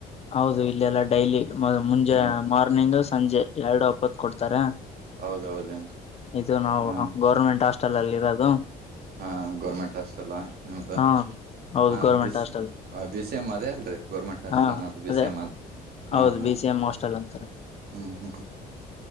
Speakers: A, on the left (about 40°); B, on the right (about 65°).
A: ಹೌದು ಇಲ್ಲೆಲ್ಲ ಡೈಲಿ ಮುಂಜೆ
B: ಹ್ಮ್
A: ಮಾರ್ನಿಂಗು ಸಂಜೆ ಎರಡು ಅಪ್ಪತ್ ಕೊಡ್ತಾರೆ
B: ಹೌದೌದೇನ್ರಿ
A: ಇದು ನಾವು
B: ಹಾ
A: ಗೌರ್ಮೆಂಟ್ ಹಾಸ್ಟೆಲ್ ಅಲ್ಲಿ ಇರೋದು
B: ಹಾ ಗೌರ್ಮೆಂಟ್ ಹಾಸ್ಪಿಟಲ್ಾ ನಿಮ್ದ
A: ಹಾ ಹೌದು
B: ಹಾ
A: ಗೌರ್ಮೆಂಟ್
B: ಬ
A: ಹಾಸ್ಟೆಲ್
B: ಬಿಸಿ ಎ್ ಅದೇ ಅಲ್ರಿೀ ಗೋರ್ಮೆಂಟ್ ಹಾಸ್ಪೆಲ್
A: ಹಾ
B: ಅನ್ನ ಬಿ
A: ಅದೇ
B: ಸಿ ಮೀ ಹಾ
A: ಹೌದು
B: ಹಾ
A: ಬಿ ಸಿ ಎಂ ಹಾಸ್ಟೆಲ್ ಅಂತಾರೆ
B: ಹ್ಮ್ ಹ್ಮ್